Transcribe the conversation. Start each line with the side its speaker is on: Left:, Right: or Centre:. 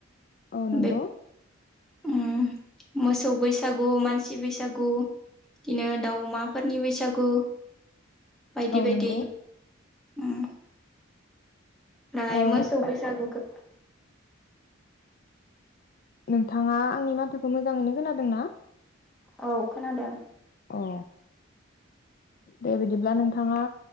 Left: औ नोंगौ।
Centre: बे उम मोसौ बैसागु मानसि बैसागु बिदिनो दाउ अमाफोरनि बैसागु। बायदि
Left: औ
Centre: बायदि
Left: नंगौ
Centre: उम। दाहाय
Left: ओ
Centre: मोसौ बैसागुखो
Left: नोंथाङा आंनि माथोखौ मोजाङैनो खोनादोंना?
Centre: औ खोनादों।
Left: अ दे बिदिब्ला नोंथाङा